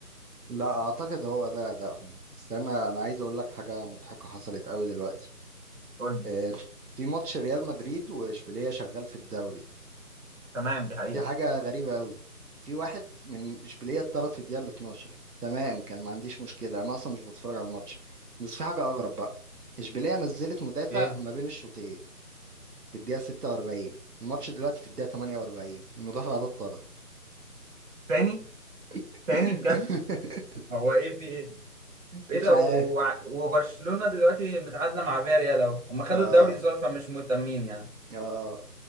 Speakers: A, on the right; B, on the right.
A: لا اعتقد هو ده ادائهم بس انا انا عايز اقول لك حاجة مضحكة حصلت قوي دلوقتي
B: قول لي
A: آه، في ماتش ريال مدريد واشبيلية شغال في الدوري
B: تمام دي حقيقه
A: في حاجة غريبة قوي في واحد من إشبيلية اتطرد في الدقيقة ال 12 تمام كان ما عنديش مشكلة أنا أصلا مش بتفرج على الماتش بس في حاجة أغرب بقى إشبيلية نزلت مدافع
B: ايه
A: ما بين الشوطين في الدقيقة 46 الماتش دلوقتي في الدقيقة 48 المدافع ده اتطرد
B: تاني
A: <laughs>
B: تاني بجد هو ايه في ايه ايه
A: مش
B: ده
A: عارف
B: وع- وبرشلونة دلوقتي متعادلة مع فياريال اهو هم خدوا
A: اه
B: الدوري الظاهر فمش مهتمين يعني
A: اه